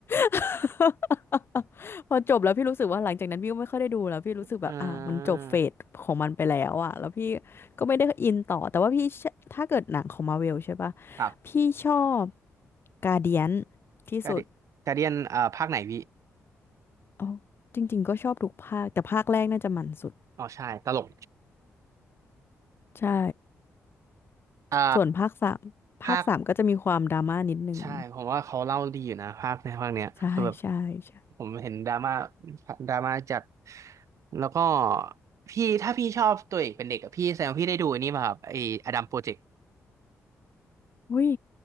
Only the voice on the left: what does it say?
<laughs> พอจบแล้วพี่รู้สึกว่าหลังจากนั้นพี่ก็ไม่ค่อยได้ดูแล้วพี่รู้สึกแบบอ่ะมันจบเฟสของมันไปแล้วอ่ะแล้วพี่
ก็ไม่ได้อินต่อแต่ว่าพี่เชื่อถ้าเกิดหนังของมาเวลใช่ปะ
พี่ชอบกาเดียนที่สุด
อ๋อจริงๆก็ชอบทุกภาคแต่ภาคแรกน่าจะมันสุด
ใช่
ส่วนภาคสามภาคสามก็จะมีความดราม่านิดนึง
ใช่ใช่ใช่
อุ้ย